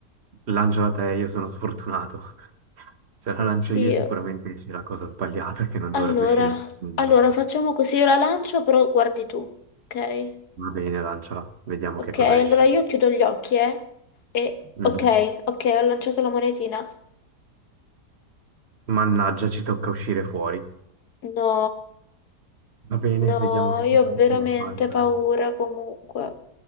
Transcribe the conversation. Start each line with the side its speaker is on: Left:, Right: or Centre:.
Right: lanciala te, io sono sfortunato. <laughs> Se la lancio
Left: Sì,
Right: io sicuramente c'è la cosa sbagliata che non
Left: allora,
Right: dovrebbe uscire in questo momento.
Left: allora facciamo così, io la lancio, però guardi tu, ok?
Right: Va bene, lanciala, vediamo
Left: Ok,
Right: che cosa
Left: allora
Right: esce.
Left: io chiudo gli occhi, eh? E,
Right: Mhm.
Left: ok, ok, ho lanciato la monetina.
Right: Mannaggia, ci tocca uscire fuori.
Left: No,
Right: Va bene,
Left: no,
Right: vediamo che
Left: io
Right: cosa
Left: ho
Right: possiamo
Left: veramente
Right: fare,
Left: paura
Right: dai.
Left: comunque.